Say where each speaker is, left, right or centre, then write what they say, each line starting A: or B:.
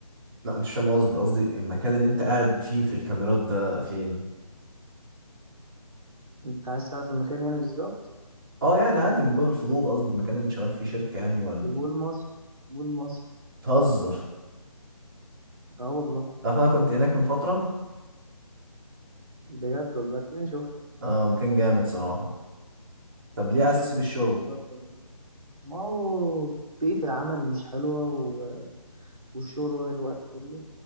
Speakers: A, on the right (about 35°); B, on the right (about 70°).
A: لا انت مش فاهم قصدي قصدي المكان اللي انت قاعد فيه في الكاميرات ده فين
B: أنت عايز تعرف المكان يعني بالظبط
A: اه يعني عادي من باب الفضول قصدي المكان اللي انت شغال فيه شركة يعني ولا
B: في مول مصر مول مصر
A: تهزر
B: أه والله
A: تعرف انا كنت هناك من فترة
B: بجد والله هتلاقيني شفتك
A: اه مكان جامد صراحة طب
B: هتلاقيني
A: ليه عايز
B: شفتك
A: تسيب الشغل
B: في الكاميرات ما هو بيئة العمل مش حلوة و... والشغل واخد وقتي كله